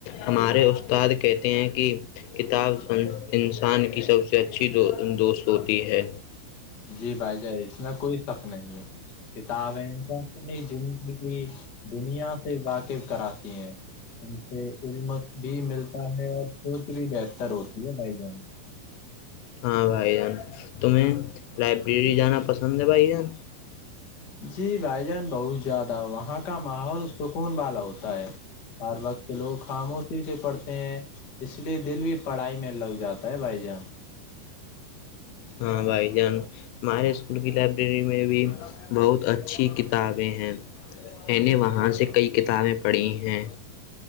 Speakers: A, on the left (about 80°); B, on the left (about 70°).
A: ہمارے استاد کہتے ہیں کہ کتاب انسان کی سب سے اچھی دوست ہوتی ہے
B: جی بھائی جان اس میں کوئی شک نہیں ہے کتاب ہے ان کا اپنی زندگی دنیا سے واقف کراتی ہیں ان سے علمت بھی ملتا ہے اور سوچ بھی بہتر ہوتی ہے بھائی جان
A: ہاں بھائی جان تمہیں لائبریری جانا پسند ہے بھائی جان
B: جی بھائی جان بہت زیادہ وہاں کا ماحول سکون والا ہوتا ہے ہر وقت کہ لوگ خاموشی سے پڑھتے ہیں اس لیے دل بھی پڑھائی میں لگ جاتا ہے بھائی جان
A: ہاں بھائی جان ہمارے اسکول کی لائبریری میں بھی بہت اچھی کتابیں ہیں میں نے وہاں سے کئی کتابیں پڑھی ہیں